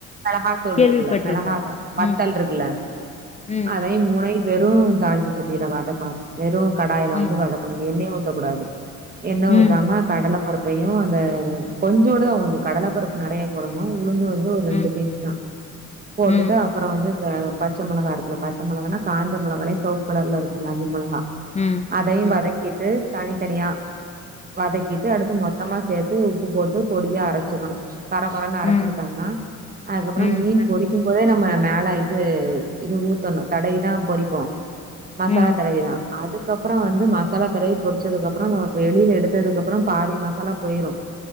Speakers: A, on the right; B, on the left.
A: மெளகா தூள்
B: கேள்விப்பட்ருக்கே
A: இருக்குல்ல மெளகாவ வத்தல்
B: ம்
A: இருக்குல்ல
B: ம்
A: அதையு மூணையு வெறு தாளிக்கச்சட்டியில வதக்கணும் வெறும் கடாயில
B: ம்
A: வந்து வதக்கணும் எண்ணெயு ஊத்தக்கூடாது என்ன
B: ம்
A: ஊத்தாம கடலப் பருப்பையு அந்த கொஞ்சோன்டுதா உளுந்து கடல பருப்பு நெறையா போடணு உளுந்து வந்து ஒரு
B: ம்
A: ரெண்டு பிஞ்ச்சு தா போட்டுட்டு
B: ம்
A: அப்பறோ வந்து பச்ச மெளகா இருக்குல்ல பச்ச மெளகானா காஞ்ச மெளகாலையே செவப் கலர்ல இருக்குமே அந்த மெளகா
B: ம் ம்
A: அதையு
B: ம்
A: வதக்கிட்டு தனித்தனியா வதக்கிட்டு அடுத்து மொத்தமா சேத் சேத்து உப்பு போட்டு பொடியா அரச்சுக்கணு கர கொரன்னு அரச்சுக்கிட்டம்னா
B: ம்
A: அதுக்கப்பறோ
B: ம்
A: மீன் பொறிக்கும் போதே நம்ம மேல லா இது இது ஊத்தணு தடவிதா பொறிப்போ மசாலா
B: ம்
A: தடவிதா அது கப்றோ வந்து மசாலா தடவி பொரிச்சதுக்கப்றோ நமக்கு வெளில எடுத்ததுக்கப்றோ பாதி மசாலா போய்ரு